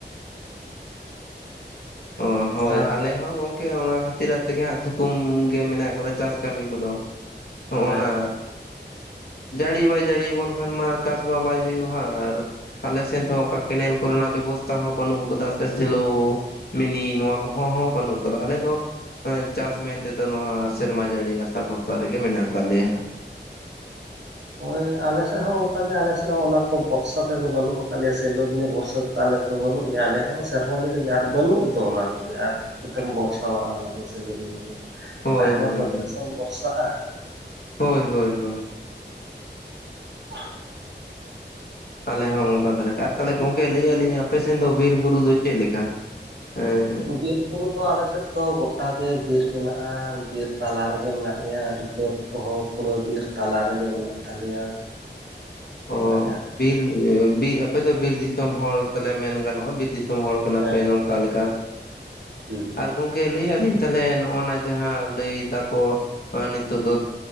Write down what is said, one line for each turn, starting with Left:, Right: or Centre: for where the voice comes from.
Left: ᱚ ᱦᱳᱭ
Right: ᱛᱟᱨᱯᱚᱨ
Left: ᱟᱞᱮ ᱦᱚᱸ ᱜᱚᱝᱠᱮ ᱾ ᱚᱱᱟ ᱠᱷᱟᱹᱛᱤᱨᱟᱜ ᱛᱮᱜᱮ ᱦᱟᱸᱜ ᱛᱷᱩᱠᱩᱢ ᱜᱮ ᱢᱮᱱᱟᱜ ᱟᱠᱟᱫᱟ ᱪᱟᱥ ᱠᱟᱹᱢᱤ ᱠᱚᱫᱚ ᱾ ᱦᱚᱜ-ᱱᱟ
Right: ᱦᱮᱸ
Left: ᱡᱟᱹᱲᱤ ᱵᱟᱭ ᱡᱟᱹᱲᱤᱭᱟᱵᱚᱱ ᱠᱷᱟᱱ ᱢᱟ ᱪᱟᱥ ᱢᱟ ᱵᱟᱭ ᱦᱩᱭᱩᱜᱼᱟ ᱟᱨ ᱟᱞᱮᱥᱮᱱ ᱫᱚ ᱚᱱᱠᱟ ᱠᱮᱱᱮᱞ ᱠᱚᱨᱮᱱᱟᱜ ᱵᱮᱵᱚᱥᱛᱷᱟ ᱛᱟ ᱦᱚᱸ ᱵᱟᱹᱱᱩᱜ ᱠᱟᱫᱟ, ᱥᱮ ᱥᱮᱞᱳ, ᱢᱤᱱᱤ ᱱᱚᱣᱟ ᱠᱚᱦᱚᱸ ᱦᱚᱸ ᱵᱟᱹᱱᱩᱜ ᱠᱟᱫᱟ ᱾ ᱟᱞᱮ ᱫᱚ ᱪᱟᱥ ᱢᱮᱱ ᱛᱮᱫᱚ ᱱᱚᱣᱟ ᱥᱮᱨᱢᱟ ᱡᱟᱹᱲᱤ ᱟᱥᱟ ᱵᱷᱚᱨᱥᱟ ᱨᱮᱜᱮ ᱢᱮᱱᱟᱜ ᱟᱠᱟᱫ ᱞᱮᱭᱟ ᱾ <unintelligible>
Right: ᱦᱳᱭ ᱟᱞᱮ ᱥᱮᱫ ᱦᱚᱸ ᱚᱱᱠᱟ ᱜᱮ, ᱟᱞᱮ ᱥᱮᱫ ᱦᱚᱸ ᱚᱱᱟ ᱠᱚ ᱵᱷᱚᱨᱥᱟ ᱛᱮᱫᱚ ᱵᱟᱹᱱᱩᱜ ᱟᱠᱟᱫ ᱞᱮᱭᱟ, ᱥᱮᱞᱳ ᱨᱤᱱᱤᱡ ᱵᱚᱨᱥᱟ ᱛᱮ ᱾ ᱟᱞᱮᱫ ᱫᱚ ᱵᱟᱹᱱᱩᱜ ᱞᱮᱭᱟ, ᱟᱞᱮ ᱦᱚᱸ ᱥᱮᱨᱢᱟ ᱡᱟᱹᱲᱤ ᱜᱮ ᱟᱨ ᱵᱟᱹᱱᱩᱜ ᱫᱚ ᱚᱱᱟ ᱠᱚᱜᱮ ᱟᱨ ᱪᱤᱠᱟᱹᱛᱮᱢ ᱵᱷᱚᱨᱥᱟᱣᱜᱼᱟ ᱚᱱᱟ ᱫᱚ? ᱥᱮᱞᱳᱢᱮᱞᱳ ᱫᱚ
Left: ᱦᱳᱭ
Right: ᱛᱟᱦᱮᱱᱟ
Left: ᱦᱳᱭ
Right: ᱛᱚᱵᱮ
Left: ᱦᱳᱭ
Right: ᱥᱮᱢ ᱵᱷᱚᱨᱥᱟᱜᱼᱟ ᱾
Left: ᱦᱳᱭ ᱦᱳᱭ ᱦᱳᱭ ᱾
Right: ᱟᱨ <unintelligible>
Left: ᱟᱞᱮ ᱦᱚᱸ ᱚᱱᱠᱟ ᱫᱷᱟᱨᱟ ᱜᱮ ᱮ ᱟᱨ ᱛᱟᱦᱚᱞᱮ ᱜᱚᱝᱠᱮ ᱞᱟᱹᱭᱮᱼᱜᱟᱹᱞᱤᱧ ᱟᱯᱮ ᱥᱮᱱ ᱫᱚ ᱵᱤᱨ ᱵᱩᱨᱩ ᱫᱚ ᱪᱮᱫ ᱞᱮᱠᱟ? ᱦᱮᱸ
Right: ᱵᱤᱨ ᱵᱩᱨᱩ ᱫᱚ ᱟᱞᱮ ᱥᱮᱫ ᱫᱚ ᱜᱚᱴᱟ ᱜᱮ ᱵᱤᱨ ᱢᱮᱱᱟᱜᱼᱟ ᱾ ᱵᱤᱨ ᱛᱟᱞᱟ ᱨᱮᱜᱮ ᱢᱮᱱᱟᱜ ᱞᱮᱭᱟ ᱟᱨ ᱵᱟᱹᱫᱽ ᱠᱚᱦᱚᱸ ᱯᱩᱨᱟᱹ ᱵᱤᱨ ᱛᱟᱞᱟ ᱨᱮᱜᱮ ᱢᱮᱱᱟᱜ ᱛᱟᱞᱮᱭᱟ ᱾
Left: <unintelligible>
Right: ᱵᱟᱡᱟᱨ
Left: ᱵᱤᱨ ᱵᱤᱨ ᱟᱯᱮ ᱫᱚ ᱵᱤᱨ ᱫᱤᱥᱚᱢ ᱦᱚᱲ ᱛᱟᱞᱮ ᱢᱮᱱ ᱜᱟᱱᱚᱜᱼᱟ ᱾ ᱵᱤᱨ ᱫᱤᱥᱚᱢ ᱦᱚᱲ ᱠᱟᱱᱟ
Right: ᱦᱮᱸ
Left: ᱯᱮ ᱱᱚᱝᱠᱟ ᱾ ᱚᱠᱟ ᱞᱮᱠᱟ
Right: ᱦᱩᱸ ᱾
Left: ᱟᱨ ᱜᱚᱝᱠᱮ ᱞᱟᱹᱭᱮᱜᱼᱟ ᱞᱤᱧ ᱛᱟᱦᱚᱞᱮ ᱱᱚᱜᱚ ᱱᱟ ᱡᱟᱦᱟᱸ ᱞᱟᱹᱭ ᱫᱟᱠᱚ ᱟᱨ ᱱᱤᱛᱚᱜ ᱫᱚ